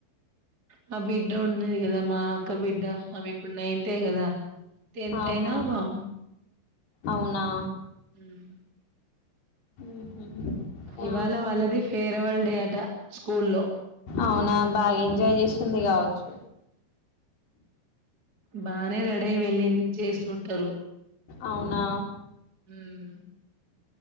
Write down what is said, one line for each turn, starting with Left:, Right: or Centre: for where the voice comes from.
Right: న బిడ్డ ఉన్నా. ఉన్నది గదా మా అక్క బిడ్డ. ద ఆమె ఇప్పుడు నైతే గదా, టెన్త్
Left: ఆహా
Right: అయినా బాగు.
Left: అవునా.
Right: హ్మ్
Left: ఉహు ఆ
Right: ఇవాళ వాళ్ళది ఫేర వల్డే స్కూల్లో
Left: అవునా బాగా ఎంజాయ్ చేసింది కావచ్చు.
Right: బానే రెడీ అయి వెళ్ళింది చేస్తుంటారు.
Left: అవునా.
Right: మ్